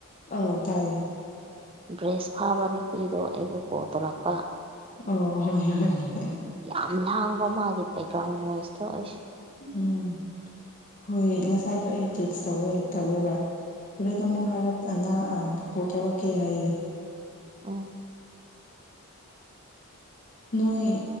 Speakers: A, on the left; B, on the right.
A: ꯑꯧ ꯇꯥꯏꯌꯦ
B: ꯗ꯭ꯔꯦꯁ ꯐꯥꯕ ꯅꯨꯄꯤꯗꯣ ꯑꯩꯕꯨ ꯀꯣꯜ ꯇꯧꯔꯛꯄ
A: <unintelligible>
B: ꯑꯗꯨ ꯌꯥꯝ ꯂꯥꯡꯕ ꯃꯥꯒꯤ ꯕꯦꯛꯒ꯭ꯔꯥꯎꯟ ꯃꯣꯏꯁꯇꯣ ꯑꯩꯁꯦ
A: ꯎꯝ ꯍꯣꯏ ꯉꯁꯥꯏꯗꯣ ꯑꯩ ꯇꯦꯛꯁ ꯇꯧꯋꯦ ꯇꯧꯔꯒ ꯍꯣꯔꯦꯟ ꯅ ꯑꯃꯨꯛ ꯍꯥꯏꯔꯛ ꯑꯥꯡ ꯀꯣꯜ ꯇꯧꯔꯛꯀꯦ ꯍꯥꯏꯌꯦ
B: ꯎꯝ
A: ꯅꯣꯏ